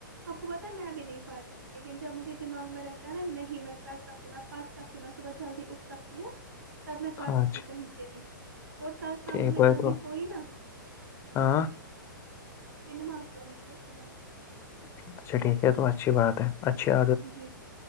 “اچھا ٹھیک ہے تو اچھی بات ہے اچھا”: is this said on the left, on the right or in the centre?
Left